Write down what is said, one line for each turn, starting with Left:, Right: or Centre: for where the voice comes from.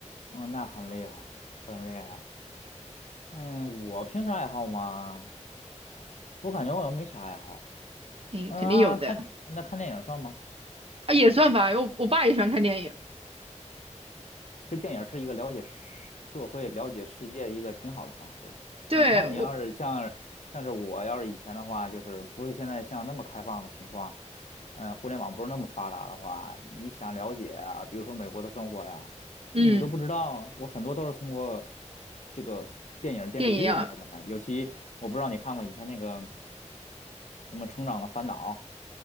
Left: 哦，那很厉害，很厉害。嗯，我平时爱好吗？我感觉我没啥爱好。
Right: 诶，
Left: 嗯，
Right: 肯定有的
Left: 啊看，那看电影算吗？
Right: 啊，也算吧。我我爸也喜欢看电影，
Left: 其实电影是一个了解世社会、了解世界一个挺好的方式的你看，
Right: 对我，
Left: 你要是像像是我要是以前的话，就是不是现在像那么开放的情况，嗯，互联网不是那么发达的话，你想了解啊，比如说美国的生活呀，
Right: 嗯，
Left: 你都不知道。我很多都是通过这个电影、电视剧里面儿的呢。
Right: 电影啊，
Left: 尤其我不知道你看过以前那个什么《成长的烦恼》，